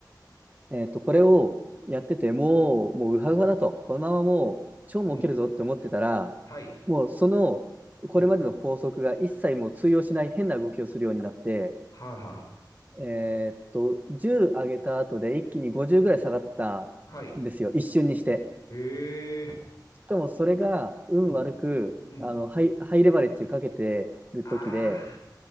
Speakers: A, on the right (about 20°); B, on the left (about 50°).
A: えーっと、これをやってて、もう、もうウハウハだと、このままもう超儲けるぞって思ってたら、
B: うん。はい。
A: もうその、これまでの法則が一切もう通用しない変な動きをするようになって、
B: うん。はあは
A: えーっと、10上げた後で一気に50ぐらい下がったんですよ、
B: あ。はい。
A: 一瞬にして。
B: へえ。
A: かもそれが運悪くあのハイ、
B: うん。うん。
A: ハイレバレッジかけてる時で、
B: あ